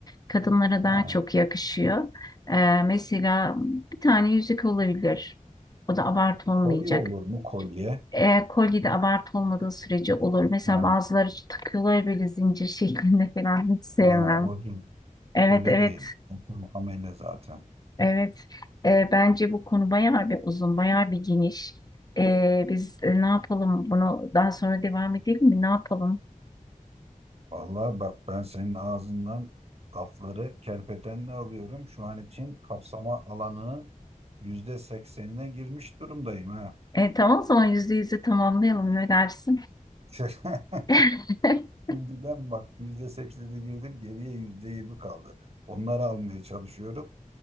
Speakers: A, on the left (about 30°); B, on the right (about 45°).
A: Kadınlara daha
B: Ha,
A: çok yakışıyor. E, mesela bir tane yüzük olabilir. O da abartı olmayacak.
B: kolye olur mu kolye?
A: E, kolye de abartı olmadığı sürece olur. Mesela
B: Ha,
A: bazıları takıyorlar böyle zincir <laughs> şeklinde falan hiç sevmem.
B: ha, o değil.
A: Evet,
B: Öyle
A: evet,
B: değil. Amel'e zaten.
A: evet. E, bence bu konu bayağı bir uzun, bayağı bir geniş. E, biz e, ne yapalım? Bunu daha sonra devam edelim mi? Ne yapalım?
B: Vallahi bak ben senin ağzından lafları kerpetenle alıyorum. Şu an için kapsama alanının yüzde seksenine girmiş durumdayım ha.
A: E, tamam o zaman yüzde yüzü tamamlayalım ne dersin?
B: <laughs>
A: <laughs>
B: Şimdiden bak yüzde seksene girdim geriye yüzde yirmi kaldı. Onları almaya çalışıyorum.